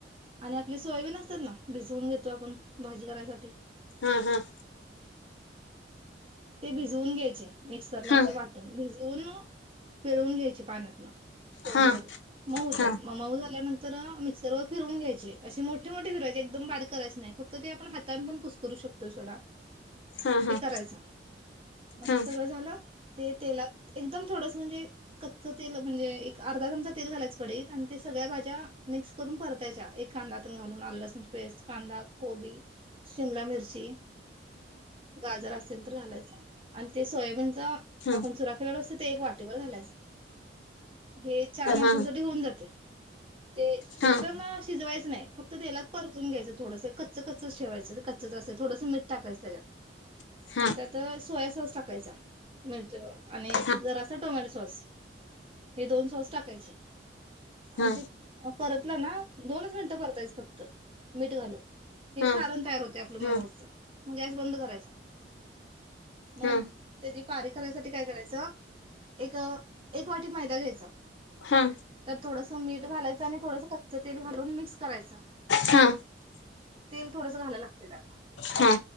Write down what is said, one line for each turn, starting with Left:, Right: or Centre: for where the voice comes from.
Right: आणि आपली सोयाबीन असतात ना भिजवून घेतो आपण भाजी करायसाठी ते
Left: हम्म
Right: ते बिज भि घ्यायचे मिक्सर ला
Left: हा हा हा
Right: असे वाटून भिजू दोन पिळवून घ्यायची पाण्यात न कोरडे
Left: हा
Right: करून मऊ होतात
Left: हा
Right: मऊ झाल्यानंतर तर मिक्सर वर फिरून घ्यायचे असे मोठे मोठे फिरायचे एकदम बारीक करायच नाही फक्त ते आपण हातान पण कुसकरू शकतोय सोडा
Left: हा
Right: ते
Left: हा
Right: करायचं. मग हे
Left: हा
Right: सगळं झालं ते तेला एकदम थोडस म्हणजे ते कच्च तेल म्हणजे एक अर्धा चमचा तेल घालायचं कडीत आणि ते सगळ्या भाज्या मिक्स करून परतायच्या एक कांदयातून घालून आ लसणची पेस्ट कांदा कोबी शिमला मिरची गाजर असेल आणि ते सोयाबीन. जा
Left: हा हा
Right: आपण सुरा केला व्यवस्थित ते एक वाटीभर घालायच. हे चार मानसाां
Left: हा
Right: न साठी होऊन जाते. ह ते
Left: हा
Right: एकदम शिजवायचं नाही. फक्त तेलात परतून घ्यायचं. थोडंस कच कच ठेवायचं कच असंल थोडंस मीठ टाकायचं त्याच्यात
Left: हा
Right: आणि त्यात अं सोया सॉस टाकायचा आणि अं
Left: हा
Right: जर असा टोमॅटो सॉस हे दोन सॉस टाकायचे
Left: हा
Right: आणि ते परतलं ना दोनच मिनिटं परतायच फक्त मीठ घालून हे
Left: हा
Right: सारण तयार होते आपलं
Left: हा
Right: मोमजचं. मग गॅस बंद करायचा. मगं
Left: हा
Right: त्याची पारी करायसाठी काय करायचं, एक एक वाटी मैदा घ्यायचा.
Left: हा
Right: तर थोडास मीठ घालायच आणि थोडंसं कच्च तेल घालून मिक्स करायच
Left: हा हा
Right: तेल थोडस घालायला लागत त्याला
Left: हा